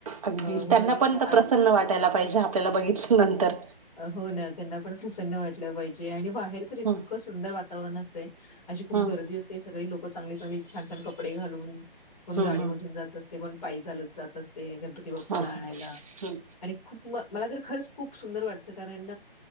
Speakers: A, on the right (about 35°); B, on the left (about 40°).
A: अगदीच
B: अ, म्हणून
A: त्यांना पण
B: आ
A: प्रसन्न वाटायला पाहिजे आपल्याला बघितल्यानंतर
B: हो ना त्यांना पण प्रसन्न वाटलं पाहिजे आणि बाहेर इतकं
A: हम्म
B: सुंदर वातावरण असते अशी खूप
A: हम्म
B: गर्दी असते. ते सगळी लोक चांगली चांगली छान छान कपडे घालून कोण
A: हम्म
B: गाडीमधून जात असते कोण पायी चालत जात असते गणपती बाप्पाला
A: हम्म
B: आणायला
A: हम्म
B: आणि खूप म मला तर खरंच खूप सुंदर वाटतं कारण